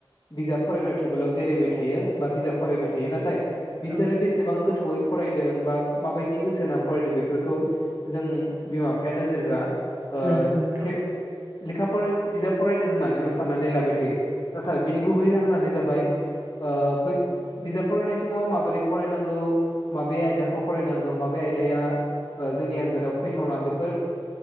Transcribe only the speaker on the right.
औ
नंगौ नोंथां